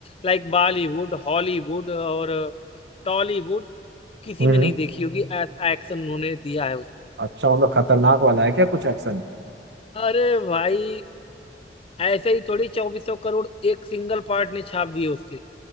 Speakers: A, on the left; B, on the right.
A: लाइक बॉलीवुड हॉलीवुड और टॉलीवुड किसी
B: हम्म
A: में
B: हम्म।
A: नहीं देखी होगी ऐसा एक्शन उन्होंने दिया है उसमें
B: अच्छा मतलब खतरनाक वाला है क्या कुछ एक्शन
A: अरे भाई ऐसे ही थोड़ी चौबीस सौ करोड़ एक सिंगल पार्ट ने छाप दिए उसके